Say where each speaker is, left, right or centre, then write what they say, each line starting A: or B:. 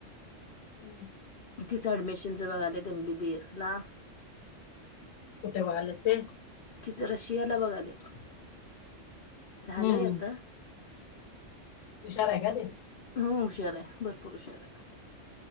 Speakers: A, on the left (about 80°); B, on the left (about 55°).
A: <unintelligible>
B: तिच एडमिशनच बघायचं आहे एम. बी. बी. एस. ला
A: कुठे व्हाल ते
B: तिच रशियाला बघालेत झालय
A: हम्म
B: आता
A: हुशार आहे का ते
B: हम, हुशार आहे भरपूर हुशार आहे.